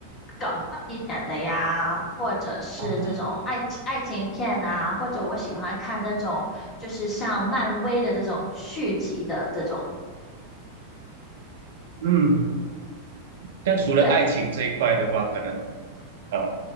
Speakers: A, on the left (about 30°); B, on the right (about 60°).
A: 搞笑一点的呀，或者是这种爱情爱情片啊，
B: 啊，
A: 或者我喜欢看那种就是像漫威的这种续集的这种。
B: 嗯，那除了爱情这一块的话，
A: 对
B: 可能呃，